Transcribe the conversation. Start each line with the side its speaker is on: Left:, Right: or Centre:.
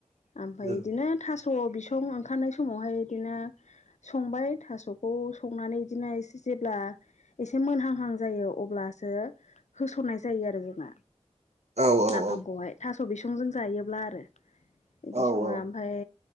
Left: आमफ्राय
Right: नंगौ
Left: बिदिनो थास' बिसं ओंखारनाय समावहाय बिदिनो संबाय थास'खौ संनानै बिदिनो एसे जेब्ला एसे मोनहांहां जायो अब्लासो होस'ननाय जायो आरो जोङो
Right: औ औ
Left: नाफामखौहाय थास' बिसंजों जायोब्ला आरो बिदि
Right: औ
Left: सङो
Right: औ
Left: आमफ्राय